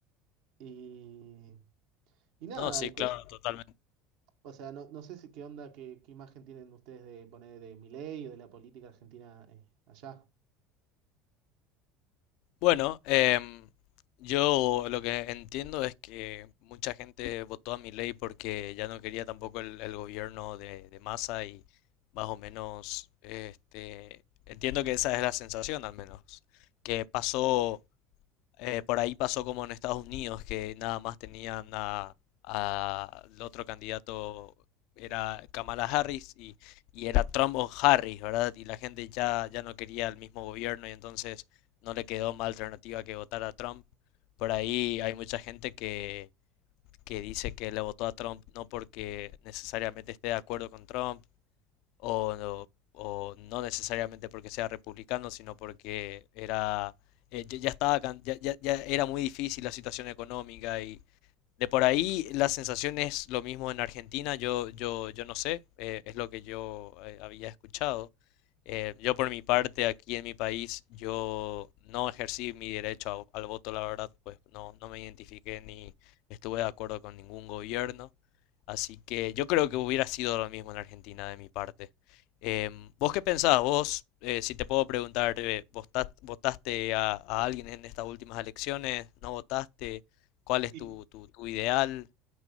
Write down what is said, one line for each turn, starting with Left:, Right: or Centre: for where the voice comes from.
Right: Y, y nada,
Left: No, sí,
Right: y
Left: claro,
Right: te-
Left: totalmente
Right: o sea, no, no sé si qué onda, qué, qué imagen tienen ustedes de poner de Milei o de la política argentina eh, allá.
Left: Bueno, em, yo lo que entiendo es que mucha gente votó a Milei porque ya no quería tampoco el, el gobierno de, de Massa y más o menos, este, entiendo que esa es la sensación al menos, que pasó eh, por ahí pasó como en Estados Unidos, que nada más tenían a, a- el otro candidato, era Kamala Harris y, y era Trump o Harris, ¿verdad? Y la gente ya, ya no quería el mismo gobierno y entonces no le quedó más alternativa que votar a Trump. Por ahí hay mucha gente que, que dice que le votó a Trump no porque necesariamente esté de acuerdo con Trump, o, no- o no necesariamente porque sea republicano, sino porque era, eh, ya ya estaba, can- ya, ya- ya era muy difícil la situación económica y, de por ahí la sensación es lo mismo en Argentina, yo, yo, yo no sé, eh, es lo que yo eh, había escuchado. Eh, yo por mi parte, aquí en mi país, yo no ejercí mi derecho a- al voto, la verdad, pues no, no me identifiqué ni estuve de acuerdo con ningún gobierno. Así que yo creo que hubiera sido lo mismo en Argentina de mi parte. Em, ¿vos qué pensás? Vos, eh, si te puedo preguntar, eh, ¿vota- ¿votaste a, a alguien en estas últimas elecciones? ¿No votaste? ¿Cuál es
Right: Y,
Left: tu, tu, tu ideal?